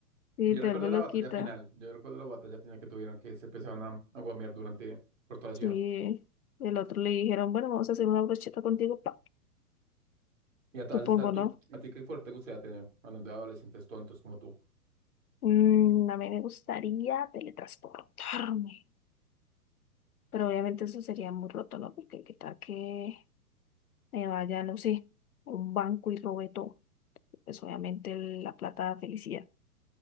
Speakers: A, on the left; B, on the right.
A: sí,
B: Yo
A: te
B: recuerdo
A: vuelve
B: la
A: loquita.
B: batalla final. Yo recuerdo la batalla final que tuvieron, que se empezaban a, a guamear durante por toda la
A: Sí,
B: ciudad.
A: el otro le dijeron, bueno, vamos a hacer una brocheta contigo, pa.
B: Y a todas
A: Supongo,
B: estas, tú-
A: ¿no?
B: ¿a ti qué poder te gustaría tener? Hablando de adolescentes tontos como tú.
A: Mm, a mí me gustaría teletransportarme. Pero obviamente eso sería muy roto, ¿no? Porque qué tal que me vaya, no sé, a un banco y robe todo. Pues obviamente el- la plata da felicidad.